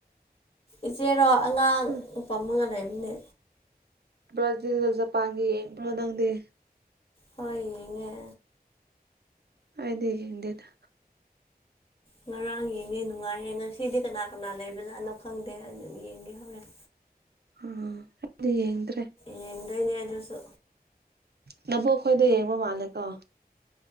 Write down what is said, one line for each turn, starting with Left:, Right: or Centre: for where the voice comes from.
Left: ꯏꯆꯦꯔꯣ ꯑꯉꯥꯡ
Right: ꯎꯝ
Left: ꯄꯝꯃꯒ ꯂꯩꯕꯅꯦ
Right: ꯕ꯭ꯔꯥꯖꯤꯜ ꯒ ꯖꯄꯥꯟ ꯒ ꯌꯦꯡꯕ꯭ꯔꯣ ꯅꯪꯗꯤ
Left: ꯍꯣꯏ ꯌꯦꯡꯉꯦ
Right: ꯑꯩꯗꯤ ꯌꯦꯡꯗꯦꯗ
Left: ꯉꯔꯥꯡ ꯌꯦꯡꯉꯦ ꯅꯨꯡꯉꯥꯏꯌꯦ ꯉꯁꯤꯗꯤ ꯀꯅꯥ ꯀꯅꯥ ꯂꯩꯕꯖꯥꯠꯅꯣ ꯈꯪꯗꯦ ꯑꯗꯨꯝ ꯌꯦꯡꯒꯦ ꯍꯧꯔꯦꯟ
Right: ꯑ ꯑꯩꯗꯤ ꯌꯦꯡꯗ꯭ꯔꯦ
Left: ꯌꯦꯡꯗꯣꯏꯅꯦ ꯑꯗꯨꯁꯨ
Right: ꯅꯕꯣꯛ ꯈꯣꯏꯗ ꯌꯦꯡꯕ ꯃꯥꯜꯂꯦ ꯀꯣ